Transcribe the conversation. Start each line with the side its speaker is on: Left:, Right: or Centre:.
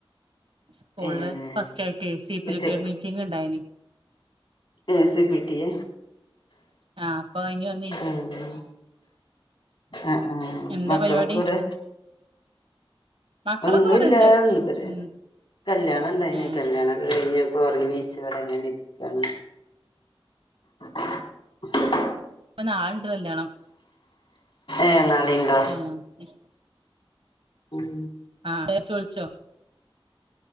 Right: സ്കൂളില്
Left: ഏഹ്
Right: ഫസ്റ്റ് ആയിട്ട് സി പി
Left: ഉച്ചക്ക്
Right: ടി എ മീറ്റിംങ് ഉണ്ടായിന്.
Left: എ സി പി ടിയ
Right: ആ അപ്പൊ ഇനി ഒന്ന
Left: ഉ ഹും ആ ആ
Right: എന്താ
Left: മക്കളക്ക
Right: പരിപാടി
Left: കൂടെ
Right: മക്കളൊക്കെ
Left: ഒന്നുമില്ല
Right: ഇവിടെണ്ട്
Left: ഒന്ന്
Right: ഉം
Left: കല്യാണം ഇണ്ടായിന്ന്
Right: ഏ
Left: കല്യാണം കഴിഞ്ഞപ്പോൾ ഉറങ്ങിച്ച ഇവിടെ ഇങ്ങൻ ഇരിക്കുകയാണ് <inaudible>
Right: ഇപ്പൊ നാളെ ഉണ്ട് കല്യാണം
Left: ഏ നാളെ ഉണ്ടോ
Right: ആ ഇഷ്
Left: ഉം
Right: ആ എന്തേലും വിളിച്ചോ